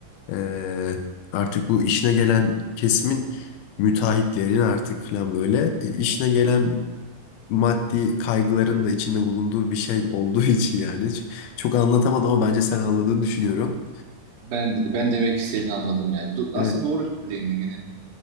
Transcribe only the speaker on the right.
Ben ben demek ki seni anladım ya. Do- aslında
doğru bir değindin yine.